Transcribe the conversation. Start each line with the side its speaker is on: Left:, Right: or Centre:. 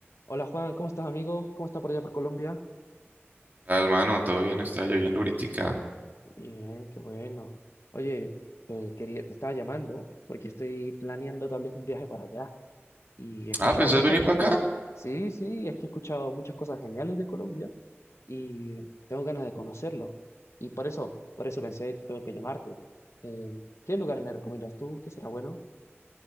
Left: Hola Juan, ¿cómo estás amigo? ¿Cómo está por allá por Colombia?
Right: tal, mano? ¿Todo bien? Está lloviendo ahoritica.
Left: Bien, qué bueno. Oye, te quería, te estaba llamando porque estoy planeando tal vez un viaje para allá y he escuchado
Right: Ah, ¿pensás
Left: muchas,
Right: venir para acá?
Left: sí, sí, es que he escuchado muchas cosas geniales de Colombia y tengo ganas de conocerlo. Y por eso, por eso pensé, tengo que llamarte. Eh, ¿qué lugares me recomiendas tú? ¿Qué será bueno?